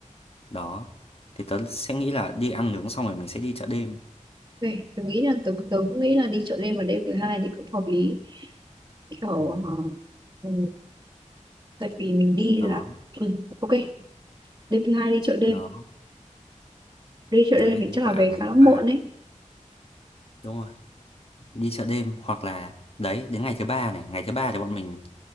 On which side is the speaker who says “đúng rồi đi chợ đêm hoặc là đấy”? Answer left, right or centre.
Left